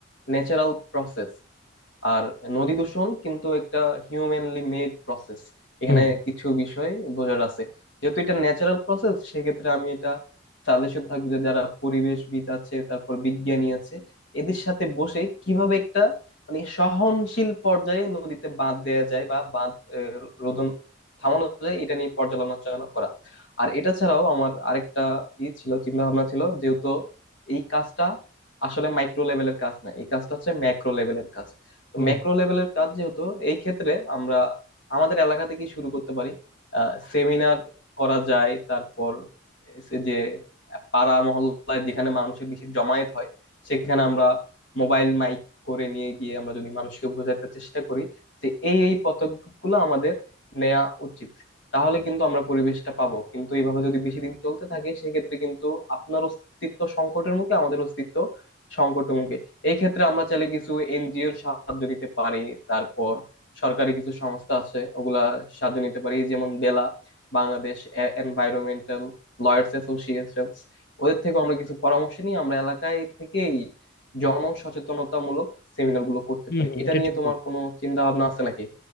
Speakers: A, on the left (about 65°); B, on the left (about 50°).
A: ন্যাচারাল প্রসেস আর নদী দূষণ কিন্তু একটা হিউম্যানলি মেড প্রসেস এখানে
B: হুম
A: কিছু বিষয় বোঝার আছে যেহেতু এটা ন্যাচারাল প্রসেস সেক্ষেত্রে আমি এটা সাজেশন থাকবে যে যারা পরিবেশবিদ আছে তারপর বিজ্ঞানী আছে এদের সাথে বসে কিভাবে একটা মানে সহনশীল পর্যায়ে নদীতে বাঁধ দেয়া যায় বা বাঁধ আহ, রোধন থামানো যায় এটা নিয়ে পর্যালোচনা করা আর এটা ছাড়াও আমার আরেকটা ই ছিল চিন্তা ভাবনা ছিল যেহেতু এই কাজটা আসলে মাইক্রো লেভেলের কাজ না এই কাজটা হচ্ছে ম্যাক্রো লেভেলের কাজ তো
B: হুম
A: ম্যাক্রো লেভেলের কাজ যেহেতু এই ক্ষেত্রে আমরা আমাদের এলাকা থেকে শুরু করতে পারি সেমিনার করা যায় তারপর এসে যে পাড়া মহল্লায় যেখানে মানুষের বেশি জমায়েত হয় সেখানে আমরা মোবাইল মাইক করে নিয়ে গিয়ে আমরা যদি মানুষকে বোঝাতে চেষ্টা করি যে এই এই পদক্ষেপগুলো আমাদের নেওয়া উচিত তাহলে কিন্তু আমরা পরিবেশটা পাবো কিন্তু এইভাবে যদি বেশি দিন চলতে থাকে সেক্ষেত্রে কিন্তু আপনার অস্তিত্ব সংকটের মুখে আমাদের অস্তিত্ব সংকটের মুখে এই ক্ষেত্রে আমরা চাইলে কিছু এনজিওর সাহায্য নিতে পারি তারপর সরকারি কিছু সংস্থা আছে ওগুলা সাহায্য নিতে পারি যেমন BELA Bangladesh environmental lawyers association ওদের থেকে আমরা কিছু পরামর্শ নিয়ে আমরা এলাকায় থেকেই জনসচেতনতামূলক সেমিনার গুলো করতে
B: হুম
A: পারি
B: হুম,
A: এটা
B: এটা
A: নিয়ে
B: ঠিক
A: তোমার কোনো চিন্তা ভাবনা আছে নাকি